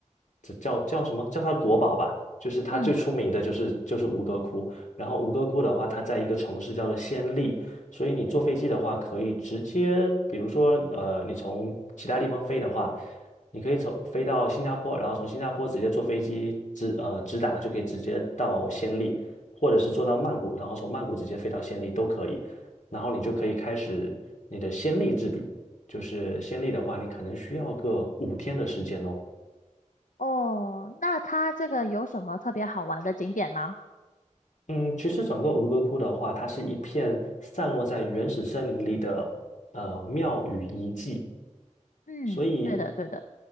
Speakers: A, on the left; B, on the left.
A: 这叫叫什么？叫它国宝吧，就是它最出名的就是就是吴哥窟。
B: 嗯。
A: 然后吴哥窟的话，它在一个城市叫做暹粒，所以你坐飞机的话，可以直接，比如说呃，你从其他地方飞的话，你可以从飞到新加坡，然后从新加坡直接坐飞机直呃直达就可以直接到暹粒，或者是坐到曼谷，然后从曼谷直接飞到暹粒都可以。然后你就可以开始你的先例之旅。就是先例的话，你可能需要个五天的时间哦。
B: 哦，那它这个有什么特别好玩的景点吗？
A: 嗯，其实整个吴哥窟的话，它是一片散落在原始森林里的呃庙宇遗迹，
B: 嗯，
A: 所以，
B: 对的，对的。